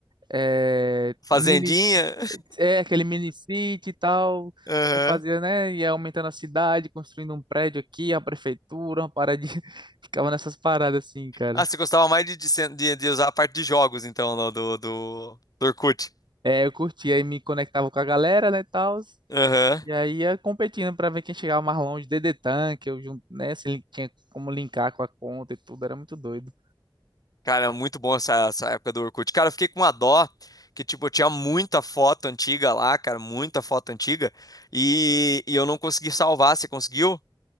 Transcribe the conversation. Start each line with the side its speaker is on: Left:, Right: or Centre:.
Right: É,
Left: Fazendinha.
Right: mini, é aquele mini city e tal.
Left: <laughs> Aham.
Right: Você fazia, né? Ia aumentando a cidade, construindo um prédio aqui, a prefeitura, uma parada <laughs> Ficava nessas paradas assim, cara.
Left: Ah, você gostava mais de, de, sen- de- de usar a parte de jogos, então, no- do, do, do Orkut.
Right: É, eu curtia aí me conectava com a galera, né, tal.
Left: Aham.
Right: E aí ia competindo pra ver quem chegava mais longe. DD Tank, eu junto né, se ele tinha como linkar com a conta e tudo, era muito doido.
Left: Cara, muito bom essa, essa época do Orkut. Cara, eu fiquei com uma dó que, tipo, eu tinha muita foto antiga lá, cara, muita foto antiga, e, e eu não consegui salvar. Você conseguiu?